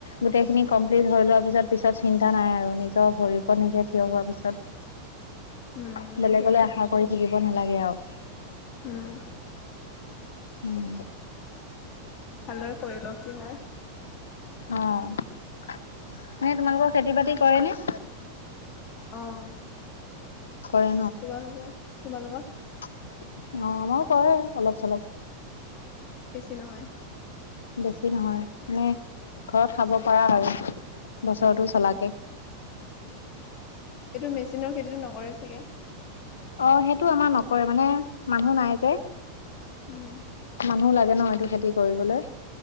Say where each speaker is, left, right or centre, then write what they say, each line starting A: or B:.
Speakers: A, on the left (about 65°); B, on the left (about 30°).
A: গোটেইখিনি কমপ্লিট হৈ লোৱাৰ পিছত পিছত চিন্তা নাই আৰু নিজৰ ভৰিৰ ওপৰত নিজে থিয় হোৱাৰ পিছত।
B: উম তাকে
A: বেলেগলৈ আশা কৰি থাকিব নালাগে আৰু, <unintelligible>
B: উম।
A: উম।
B: ভালদৰে কৰিল কি হয়।
A: অঁ, এনে তোমালোকৰ খেতি বাতি কৰে নে?
B: অঁ।
A: কৰে
B: ৱাহ <unintelligible> তোমালোকৰ।
A: অঁ, আমাৰো কৰে অলপ চলপ।
B: বেছি নহয়।
A: বেছি নহয় মানে ঘৰত খাব পাৰা আৰু, বছৰৰতো চলাকে,
B: উম এইটো মেচিনৰ খেতিটো নকৰে। কৰে চাগে?
A: অঁ, সেইটো আমাৰ নকৰে মানে মানুহ নাই যে,
B: উম।
A: মানুহ লাগে ন এইটো খেতি কৰিবলৈ,